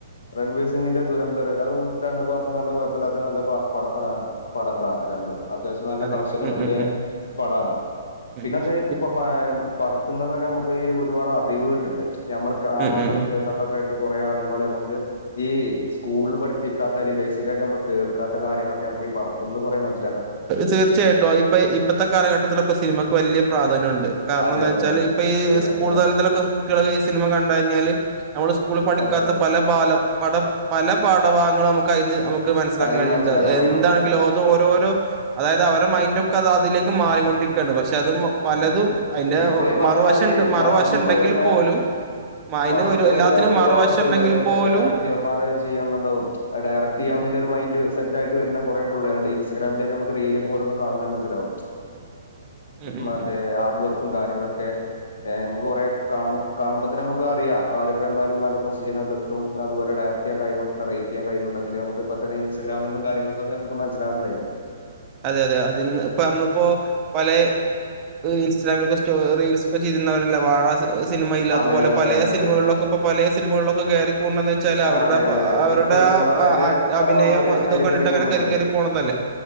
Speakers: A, on the left (about 85°); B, on the right (about 20°).
A: രൺബീർ സിംഗിന്റെ ദുരന്തർ അതും രണ്ടു പാർട്ടും നല്ല പാർട്ടാ അത് നല്ല പട പടങ്ങളാണ് രണ്ടും അത്യാവശ്യം നല്ല
B: അതെ
A: കളക്ഷനും
B: ഉം
A: നേടിയ
B: ഉം ഉം
A: പടമാണ്
B: ഉം
A: പിന്നെ അത് ഇപ്പോ
B: ഇപ്
A: പടത്തെ നമുക്ക് ഈ ഒരുപാട് അറിവ് കിട്ടണ്ട് നമ്മള് കാണാത്തതും
B: ഉം ഉം ഉം
A: കേൾക്കാത്തും ഒക്കെ അതുപോലെ നമുക്ക് ഈ സ്കൂളിൽ പഠപ്പിക്കാത്ത അല്ല ബേസിക്കായിട്ട് നമ്മൾ കേൾക്കാത്ത കാര്യങ്ങളൊക്കെ നമുക്ക് ഈപടത്തിന് കുറെ മനസ്സി
B: തീർച്ചയായിട്ടും ഇപ്പൊ ഇപ്പോഴത്തെ കാലഘട്ടത്തിലൊക്കെ സിനിമയ്ക്ക് വലിയ പ്രാധാന്യം ഉണ്ട് കാരണം
A: അതെ
B: എന്താ
A: അതെ
B: വെച്ചാൽ
A: അതെ അതെ
B: ഇപ്പൊ ഈ
A: ശരിയാണ്
B: സ്കൂൾ
A: ശരിയാണ്
B: തലത്തിലൊക്കെ കുട്ടികളക്കെ സിനമ കണ്ട് കഴിഞ്ഞാല് നമ്മള് സ്കൂളിൽ പഠിക്ക
A: അതെ
B: പടിക്കാത്ത പല ബാലം പഠ പല പാഠഭാഗങ്ങളും നമുക്ക് അതിന്ന് നമുക്ക് മനസ്സിലാക്കാൻ
A: അത്
B: കഴിയണ്ട്
A: മനസ്സിലാക്കാൻ
B: എന്താണെങ്കിലും
A: കഴിയും മനസ്സിലാക്കാൻ
B: അത് ഓരോരോ അതായത് അവരെ മൈൻഡ് ഒക്കെ അത് അതിലേക്ക് മാറിക്കൊണ്ടിരിക്കുകയാണ് പക്ഷെ അത് മ- പലതും
A: അതെ അതെ
B: അതിന്റെ
A: ഇപ്പോൾ ഈ പറഞ്ഞ
B: മറുവശണ്ട്
A: മാതിരി
B: മറുവശം
A: വളർന്നു
B: ഉണ്ടെങ്കിൽ
A: വരുന്ന
B: പോലും മ- അതിന്
A: വളർന്നു
B: ഒരു എല്ലാത്തിനും
A: തന്നെ ഒരുപാട്
B: മറുവശം
A: പിള്ളേരുണ്ട്
B: ഉണ്ടെങ്കിൽ പോലും
A: ഡയറക്ടർമാര് ചെയ്യുന്നുണ്ടാവും ഡയറക്ട് ചെയ്യാൻ
B: ഉം
A: ഒരു മൈൻഡ് സെറ്റായിട്ട് വരുന്ന കുറെ പിള്ളേരുണ്ട് ഇൻസ്റ്റഗ്രാം നമുക്ക് റീലുകൾ ഓരോന്ന് കാണുമ്പോൾ മനസിലാവും
B: ഉം ഉം ഉം
A: മറ്റേ
B: ഉം
A: ഹാർഡ് വർക്കും കാര്യങ്ങളൊക്കെ മ്മ് കുറെ കാണുമ്പോ തത്തെ നമുക്ക് അറിയാം അവരൊക്കെ എന്നാലും നല്ല പൊസിഷനിൽ എത്തും അതുപോലെ എഡിറ്റ് ചെയ്യാൻ കഴിവുണ്ട് റൈറ്റ് ചെയ്യാൻ കഴിവുണ്ട് നമുക്ക് ഇപ്പ തന്നെഇൻസ്റ്റഗ്രമിന്നും കാര്യങ്ങളക്കെ
B: ഉം.
A: നമുക്ക് മനസിലാക്കണെ
B: അതെ അതെ അതി ഇപ്പ നമ്മളിപ്പോ പല ഇൻസ്റ്റാഗ്രമിലൊക്കെ സ്റ്റോറി റീൽസ് ഒക്കെ ചെയ്രുന്നവരല്ല വാഴ സിനമല്ല
A: അതെ
B: അതുപോലെ
A: അതെ അതെ അതെ
B: സിനികളിലൊക്കെ
A: അതെ
B: ഇൊ പല സിനിമകളിലക്കെ കയ കൂ വെച്ചാല്
A: ആ,
B: അവരുടെ
A: അതെ അതെ അതെ
B: അവരുടെ
A: ഇൻഫ്ലുവൻസർമാരായിട്ട്
B: ആ
A: ഇങ്ങനെ
B: അഭിനയം
A: വന്നവര്
B: അത
A: അതിൽ
B: കണ്ടിട്ട്
A: കയറി കൂടുന്നുണ്ട്
B: അങ്ങനെ കറി കറി പോണതല്ലേ